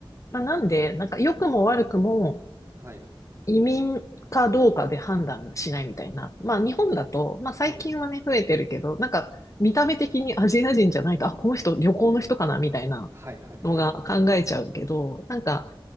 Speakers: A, on the left; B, on the right.
A: まあ、なんで、なんか良くも悪くも、
B: はい
A: 移民かどうかで判断しないみたいな。まあ日本だと、まあ最近はね、
B: はい
A: 増えてるけど、なんか見た目的にアジア人じゃないと、あ、この人旅行の人かなみたいな
B: はいはいはい
A: のが考えちゃうけど、なんか